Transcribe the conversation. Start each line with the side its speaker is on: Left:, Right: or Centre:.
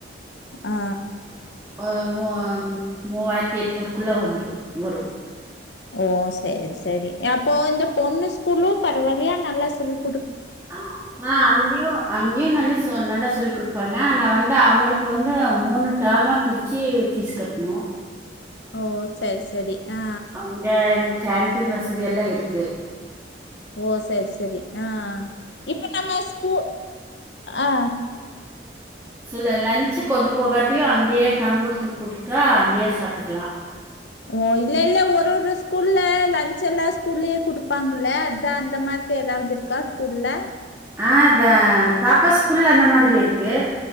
Left: ஆ அ
Right: அ மூ மூவாயிரத் எட்நூருக்குள்ள வந்துரு வரும்
Left: ஓ செரி செரி அப்போ இந்த பொண்ணு ஸ்கூலு பரவாயில்லையா நல்லா சொல்லிக்
Right: ஆ ஆ அங்கயோ அங்கயு நல்ல சொ சோ நல்லா சொல்லி குடுப்பாங்க ஆனா வந்து அவுங்களுக்கு வந்து மூணு ஃடேமா பிரிச்சு ஃபீஸ் கட்டணு
Left: ஓ செரி சரி ஆ
Right: அங்க கேன்ட்டீன் வசதி எல்லா இருக் ருக்கு
Left: ஓ செரி செரி ஆ இப்ப நம்ம ஸ்கூ அ
Right: சொல்லு லஞ்ச் கொண்டு போகாட்டியு அங்கயே பணோ குடுத்து குடுத்தா அங்கேயே சாப்புட்டுக்கலா
Left: ஓ இல்ல இல்ல ஒரு ஒரு ஸ்கூல்ல லஞ்ச் எல்லா ஸ்கூல்லயே குடுப்பாங்கள அதா அந்த மாதிரி எதாவது இருக்கா ஸ்கூல்ல
Right: ஆ அத பாப்பா ஸ்கூல்ல அந்த மாதிரி இருக்கு